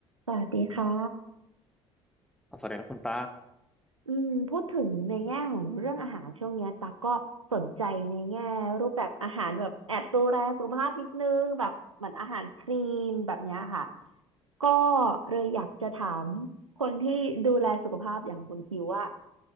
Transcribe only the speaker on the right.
สวัสดีค่ะ
อืมพูดถึงในแง่ของเรื่องอาหารช่วงเนี้ยตักก็สนใจในแง่รูปแบบอาหารแบบแอบดูแลสุขภาพนิดนึงแบบเหมือนอาหารคลีนแบบเนี้ยค่ะก็เลยอยากจะถามคนที่ดูแลสุขภาพอย่างคุณคิวว่า